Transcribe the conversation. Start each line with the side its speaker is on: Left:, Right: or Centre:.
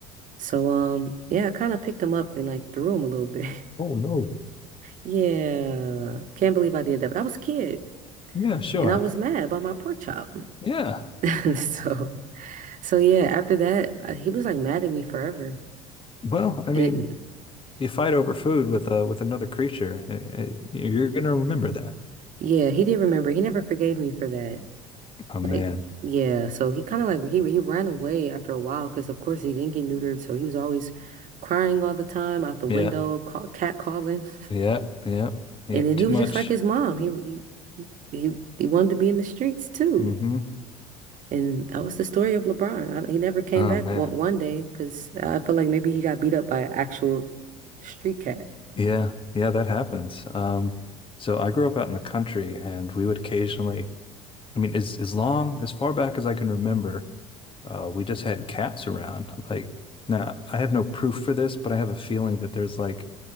Right: So um yeah, I kind of picked them up and like threw them a little bit. <laughs>
Left: Oh no.
Right: Yeah, can't believe I did that, but I was a kid
Left: Yeah, sure.
Right: and I was mad about my pork chop. <laughs>
Left: Yeah.
Right: So so yeah, after that, uh, he was like mad at me forever.
Left: Well, I mean,
Right: And it,
Left: you fight over food with uh with another creature. I- I- you're gonna remember that.
Right: yeah, he did remember. He never forgave me for that.
Left: Oh man.
Right: Like yeah, so he kind of like he he ran away after a while because of course he didn't get neutered, so he was always crying all the time out the
Left: Yeah.
Right: window, call, cat calling. <laughs>
Left: Yeah. Yeah. Yeah.
Right: And then
Left: Too
Right: he was
Left: much.
Right: just like his mom. He he he, he wanted to be in the streets too.
Left: Mm-hmm.
Right: And that was the story of LeBron. I, he never came
Left: Oh
Right: back
Left: man.
Right: one, one day because I feel like maybe he got beat up by an actual street cat.
Left: Yeah. Yeah, that happens. Um, so I grew up out in the country and we would occasionally, I mean, as as long, as far back as I can remember, uh, we just had cats around. Like now I have no proof for this, but I have a feeling that there's like